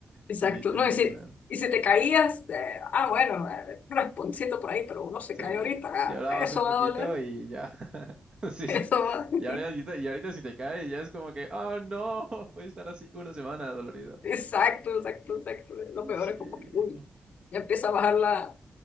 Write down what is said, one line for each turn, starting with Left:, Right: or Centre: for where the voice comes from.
Left: Exacto,
Right: Sí, tienes
Left: no, y
Right: razón.
Left: si, y si te caías, eh, ah, bueno, eh, un rasponcito por ahí, pero uno se
Right: Sí,
Left: cae ahorita,
Right: lloraba
Left: ah, eso
Right: hace un poquito
Left: va a doler,
Right: y ya. <laughs>
Left: <laughs>
Right: Sí,
Left: eso
Right: sí.
Left: va. <laughs>
Right: Y ahorita, y ahorita si te cae, ya es como que, oh no, <laughs> voy a estar así una semana dolorido.
Left: Exacto, exacto, exacto. Lo peor
Right: Sí.
Left: es como que, uy, ya empieza a bajar la,